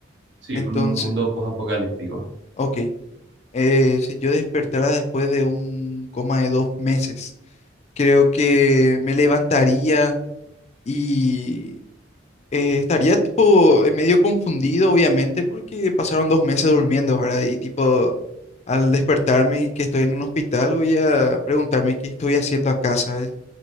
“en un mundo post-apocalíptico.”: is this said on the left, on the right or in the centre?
Right